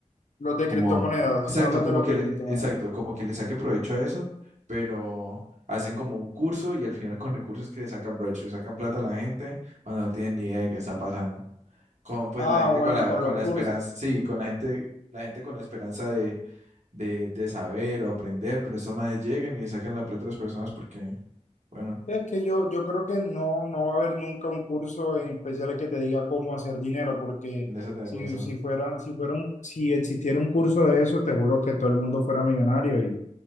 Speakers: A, on the left (about 75°); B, on the right (about 70°).
A: Los de
B: Como,
A: criptomonedas,
B: exacto,
A: hablas
B: como
A: de los
B: que
A: de
B: le,
A: criptomonedas.
B: exacto, como que le saque provecho a eso, pero hacen como un curso y al final con el curso es que le sacan provecho, le sacan plata a la gente cuando no tienen ni idea de qué está pasando. Con pues
A: Ah,
B: la gente
A: bueno,
B: con la,
A: con
B: con
A: los
B: la
A: cursos.
B: esperanza, sí, con la gente, la gente con la esperanza de, de, de saber o aprender, pero esos manes llegan y le sacan la plata a las personas porque, bueno,
A: Es que yo, yo creo que no, no va a haber nunca un curso en especial que te diga cómo hacer dinero, porque
B: en eso tenés
A: si,
B: razón.
A: si fuera, si fuera un, si existiera un curso de eso, te juro que todo el mundo fuera millonario y,